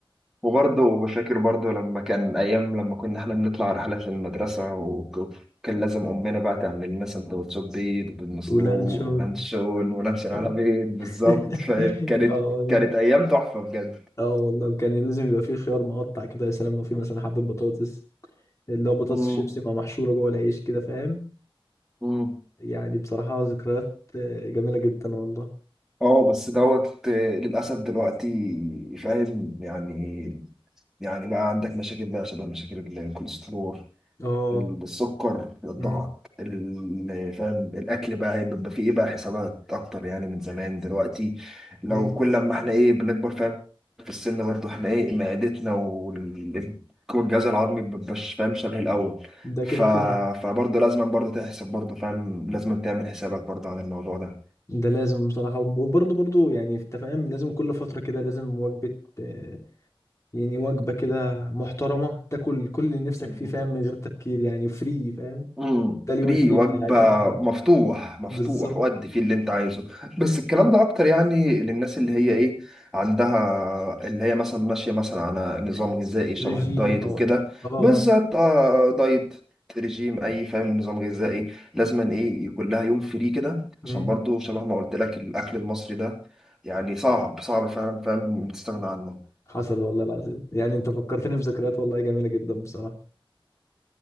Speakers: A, in the centre; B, on the left.
A: وبرضه بشاكر برضه لما كان أيام لما كنا إحنا بنطلع رحلات للمدرسة وكان لازم أمنا بقى تعمل لنا سندوتشات بيض بالمسلوق
B: ولانشون
A: ولانشون ولانشون
B: يعني
A: على بيض بالظبط
B: <laughs>
A: فاهم كانت
B: اه والله
A: كانت أيام تحفة بجد
B: اه والله كان لازم يبقى فيه خيار مقطع كده يا سلام لو فيه مثلا حبة بطاطس اللي هو بطاطس
A: امم
B: شيبسي مع محشورة جوه العيش كده فاهم
A: امم
B: يعني بصراحة ذكريات آه، جميلة جدا والله
A: اه بس دوت آه، للأسف دلوقتي فاهم يعني يعني بقى عندك مشاكل بقى شبه مشاكل الكوليسترول
B: اه
A: السكر الضغط
B: أمم،
A: ال- فاهم الاكل بقى إيه، بيبقى فيه ايه بقى حسابات اكتر يعني من زمان دلوقتي لو
B: أمم.
A: كل لما احنا ايه بنكبر فاهم في السن برضه احنا ايه معدتنا وال- والجهاز الهضمي مبيبقاش فاهم شبه الاول
B: ده
A: ف...
B: كده كده
A: فبرضه لازم برضه تحسب برضه فاهم لازم تعمل حسابك برضه على الموضوع
B: ده لازم بصراحة وب- وبرضه برضه يعني انت فاهم لازم كل فترة كده لازم وجبة آه، يعني وجبة كده محترمة تاكل كل اللي نفسك فيه
A: ده
B: فاهم من غير تفكير يعني فري فاهم
A: امم
B: ده اليوم
A: فري
B: الفري
A: وجبة
B: بتاعك آه،
A: مفتوح مفتوح
B: بالظبط
A: ودي فيه اللي انت عايزه بس الكلام ده اكتر يعني للناس اللي هي ايه عندها اللي هي مثلا ماشية مثلا على نظام غذائي شبه
B: ريجيم
A: الدايت
B: او
A: وكده
B: حاجه اه
A: بالذات
B: اه
A: آه، دايت رجيم اي فاهم نظام غذائي لازما ايه يكون لها يوم فري كده
B: مم.
A: عشان برضو شبه ما قلت لك الاكل المصري ده يعني صعب صعب فعلا فاهم تستغنى عنه
B: حصل والله العظيم يعني انت فكرتني بذكريات والله جميله جدا بصراحه